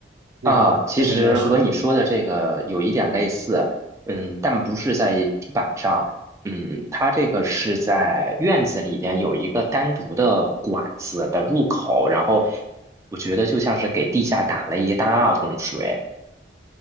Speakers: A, on the right (about 75°); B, on the right (about 15°).
A: 那种那种模式的。
B: 啊。其实和你说的这个有一点类似，嗯，但不是在地板上，嗯，它这个是在院子里边有一个单独的管子的入口，然后我觉得就像是给地下打了一大桶水。